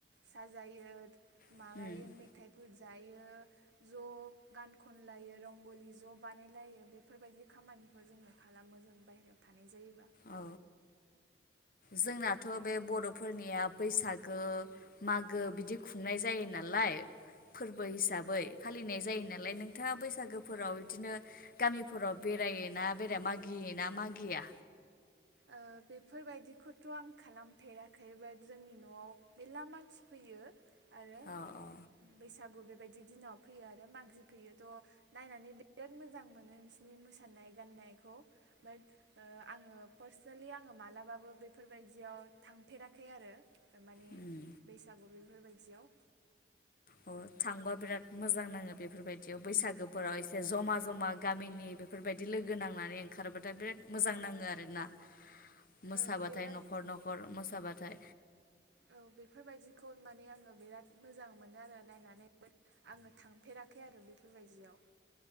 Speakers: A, on the right; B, on the left.
A: साजायो
B: उम
A: माबायो मेथाइ फोरजायो ज' गान खनलायो रंगलि ज' बानायलायो बेफोरबायदि खामानिखौ जोङो खालामो जों बाहेरायाव थानाय जायोबा
B: औ जोंनाथ' बे बर'फोरनिया बैसागो मागो बिदि खुंनाय जायो नालाय फोरबो हिसाबै फालिनाय जायो नालाय नोंथाङा बैसागोफोराव इदिनो गामिफोराव बेरायोना बेराया मागियोना मागिया
A: ओ बेफोरबायदिखौथ' आं खालामफेराखै बाट जोंनि न'आव मेरला मानसि फैयो आरो
B: अ अ
A: बैस सागु बेबायदि दिनाव फैयो आरो मागि फैयो थ' नायनानै बिराद मोजां मोनो बिसिनि मोसानाय गान्नायखौ बाट ओ आङो पार्सनेलि आङो मालाबाबो बेफोरबायदियाव थांफेराखै आरो मानि
B: उम
A: बैसागु बे फोरबायदियाव
B: अ थांबा बिराद मोजां नाङो बेफोरबायदियाव बैसागोफोराव एसे जमा जमा गामिनि बेफोरबायदि लोगो नांनानै ओंखारबाथाय बिराद मोजां नाङो आरोना मोसाबाथाय
A: ओ बिराद
B: न'खर न'खर मोसाबाथाय
A: औ बेफोरबायदिखौ माने आङो बिराद मोजां मोनो आरो नायनानै आङो थांफेराखै आरो बे बेबायजियाव